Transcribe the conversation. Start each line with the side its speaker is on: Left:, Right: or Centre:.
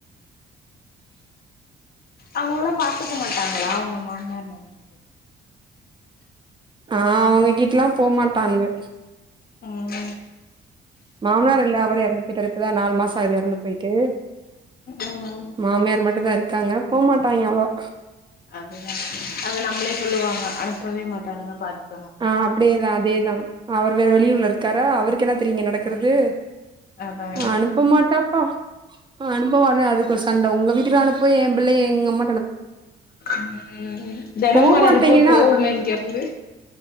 Left: அவங்கல்லாம் பாத்துக்க மாட்டாங்களா உங்க மாமியாரு மாமனாரு
Right: ஆஹ் அவங்க கிட்டல்லாம் போக மாட்டானுங்க
Left: உம்
Right: மாமனார் இல்ல அவர் இறந்து போயிட்ட்டாரு இப்ப தான் நாலு மாசம் ஆகுது இறந்து போயிட்டு
Left: ம்
Right: மாமியார் மட்டும் தான் இருக்காங்க போமாட்டாங்க அவ்வளவா
Left: அதுதா அது நம்ளே சொல்லுவாங்க அனுப்பவே மாட்டானுங்க பாத்து
Right: ஆ அப்டியேதா அதேதா அவர் வேற வெளியூர்ல இருக்காரா அவருக்கு என்ன தெரியு இங்க நடக்குறது
Left: ம் அதா
Right: அனுப்ப மாட்டாப்பா அ அனுப்ப மாட்ர அதுக்கொரு சண்ட உங்க வீட்டுக்கு அனுப் புவ ஏம்பிள்ளய எங்கம்மா
Left: ம் தெனமு
Right: போமாட்டேங்கன்னா
Left: ஆனா ரிப்போட் போகுமே இங்கருந்து